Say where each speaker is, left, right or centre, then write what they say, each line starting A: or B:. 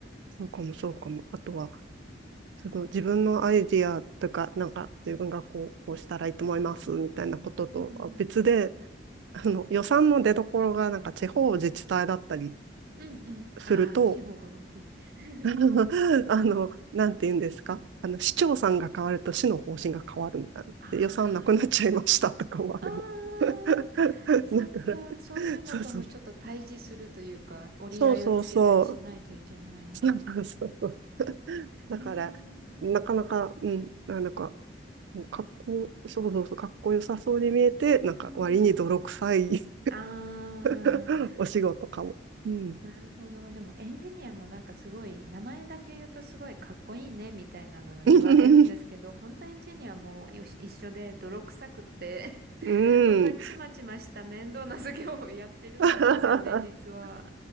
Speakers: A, on the right; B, on the right.
A: そうかもそうかも。あとは、その自分のアイディアとか、なんか自分がこう、こうしたらいいと思いますみたいなこととは別で、
B: うん。
A: あの予算の出どころがなんか地方自治体だったり
B: うんうん。
A: すると、
B: ああ、規模が大きい。<laughs>
A: <laughs> あの、なんて言うんですかあの、市長さんが変わると市の方針が変わるみたいな。
B: あ
A: で、予算なくなっちゃいましたとかもあれも。
B: あ、ああ、
A: <laughs> だから、
B: そっか。そういうのともちょっと対峙するというか、
A: そうそう。
B: 折り合いをつけたりしないといけないのか。
A: そうそうそう。そうそうそうそう。だから、
B: へえ、
A: なかなか、うん、なんか、もうかっこ、そうそうそうそうそうだからなかなかうんなんかもうっこそうそうそうかっこよさそうに見えて、なんか割に泥臭い
B: うん。ああ。
A: <laughs> お仕事かも。うん。
B: なるほど。でもエンジニアもなんかすごい、名前だけ言うとすごいかっこいいねみたいなの言われるんですけど、
A: <laughs>
B: 本当エンジニアもよし一緒で泥臭くって、<laughs>
A: う
B: 本当にちまちました面倒な作業をやってるんですよね、
A: ん。<laughs>
B: 実は。